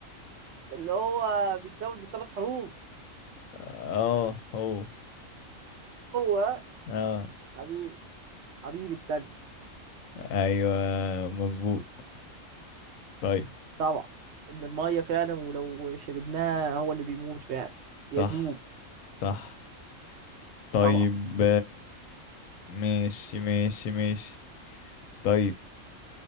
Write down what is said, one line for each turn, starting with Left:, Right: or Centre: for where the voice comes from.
Right: اللي هو بيتكون من ثلاث حروف
Left: اه هو
Right: هو
Left: اه
Right: حبيبي حبيبي التاني
Left: ايوه مظبوط طيب
Right: طبعا ان الميه فعلا ولو شربناها هو اللي بيموت فعلا
Left: صح
Right: يدوب
Left: صح طيب
Right: طبعا
Left: ماشي ماشي ماشي طيب